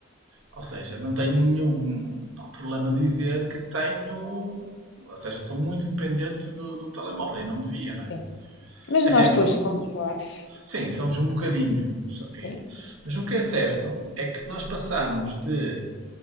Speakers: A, on the right; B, on the left.
A: ou seja, não tenho nenhum pá, problema de dizer que tenho, ou seja, sou muito dependente do, do telemóvel e não devia, não é?
B: Sim. Mas
A: Até
B: nós
A: porque,
B: todos somos parvos.
A: sim, somos um bocadinho. So- e-
B: Sim,
A: Mas o que é certo é que nós passamos de,